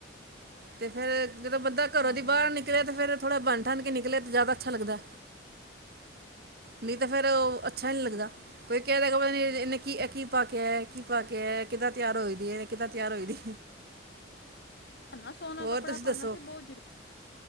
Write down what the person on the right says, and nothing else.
ਤੇ ਫੇਰ ਜਦੋਂ ਬੰਦਾ ਘਰੋਂ
ਦੀ
ਬਾਰ
ਨਿਕਲੈ ਤੇ ਫੇਰ ਥੋੜਾ ਬੰਣ ਠੰਨ ਕੇ ਨਿਕਲੇ ਤੇ ਜਿਆਦਾ ਅੱਛਾ ਲੱਗਦਾਏ ਨੀ ਤੇ ਫੇਰ ਓ ਅੱਛਾ ਨੀ
ਲੱਗਦਾ ਕੋਏ ਕਿ ਦੇਖੋ ਇਹਨੇ ਕੀ ਏ ਕੀ ਪਾਕੇ ਆਯਾ ਏ ਕੀ <unintelligible> ਪਾ ਕੇ ਆਯਾ ਕਿੱਦਾਂ ਤਿਆਰ ਹੋਈ ਦੀ ਏ ਕਿਦਾ ਤਿਆਰ ਹੋਈ ਦੀ
ਹੋਰ
ਤੁਸੀਂ
ਦੱਸੋ